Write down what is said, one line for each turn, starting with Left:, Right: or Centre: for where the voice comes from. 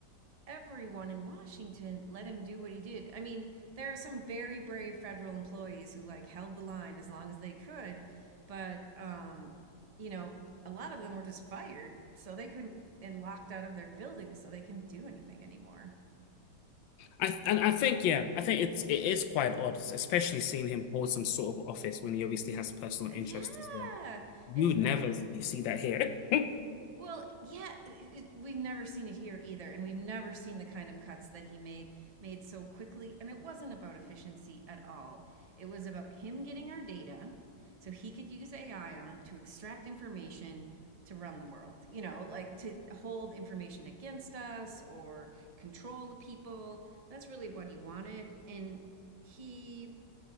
Right: everyone in Washington let him do what he did. I mean, there are some very brave federal employees who like held the line as long as they could, but um, you know, a lot of them were just fired, so they couldn't and locked out of their buildings, so they couldn't do anything anymore.
Left: I and I think yeah, I think it's it is quite odd, especially seeing him hold some sort of office when he obviously has personal interest
Right: Yeah.
Left: as well. You
Right: And
Left: would
Right: well,
Left: never you see that here. <laughs>
Right: Well, yeah, it, it, we've never seen it here either, and we've never seen the kind of cuts that he made made so quickly. And it wasn't about efficiency at all. It was about him getting our data so he could use AI on it to extract information to run the world. You know, like to hold information against us or control the people. That's really what he wanted, and he,